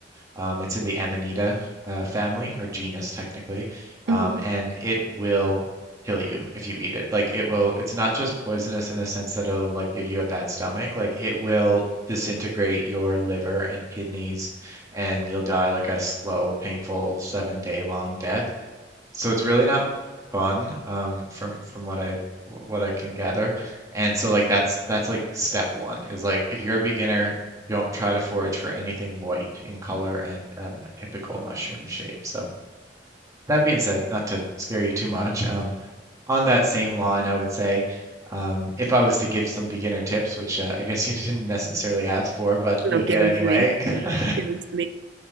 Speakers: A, on the right; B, on the right.
A: um, it's in the Amanita uh, family or genus technically,
B: Mhm.
A: um, and it will kill you if you eat it. Like it will, it's not just poisonous in the sense that it'll like give you a bad stomach. Like it will disintegrate your liver and kidneys, and you'll die like a slow, painful seven day long death so it's really not fun um from from what I what I can gather. And so like that's that's like step one is like if you're a beginner, don't try to forage for anything white in color and um, a typical mushroom shape. So that being said, not to scare you too much, um, on that same line, I would say um, if I was to give some beginner tips, which uh, I guess <laughs> you didn't necessarily ask for, but
B: No,
A: you'll
B: give
A: get
B: them
A: anyway,
B: to me.
A: <laughs>
B: Give them to me.